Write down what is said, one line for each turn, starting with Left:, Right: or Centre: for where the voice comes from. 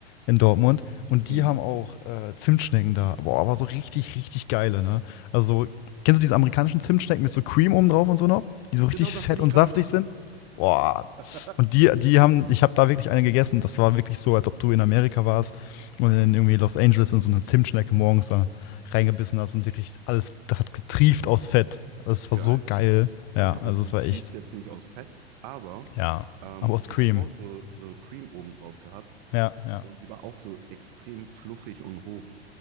Left: in Dortmund. Und
Right: Mhm.
Left: die haben auch äh, Zimtschnecken da. Boah, aber so richtig, richtig geile, ne? Also, kennst du diese amerikanischen Zimtschnecken mit so Cream oben drauf und so noch? Die so
Right: Genau
Left: richtig
Right: das
Left: fett
Right: bin ich
Left: und
Right: gerade
Left: saftig
Right: am Essen.
Left: sind? Boah.
Right: <laughs>
Left: Und die, die haben, ich habe da wirklich eine gegessen. Das war wirklich so, als ob du in Amerika warst und in irgendwie Los Angeles und so eine Zimtschnecke morgens da reingebissen hast und wirklich alles, das hat getrieft aus Fett. Das war
Right: Geil.
Left: so geil. Ja,
Right: Ja
Left: also
Right: gut,
Left: es
Right: die
Left: war
Right: trieft
Left: echt,
Right: jetzt nicht aus Fett, aber
Left: ja.
Right: ähm,
Left: Aber aus
Right: die
Left: Cream.
Right: hat auch so, so Cream oben drauf gehabt
Left: Ja, ja,
Right: und die war auch so extrem fluffig und hoch.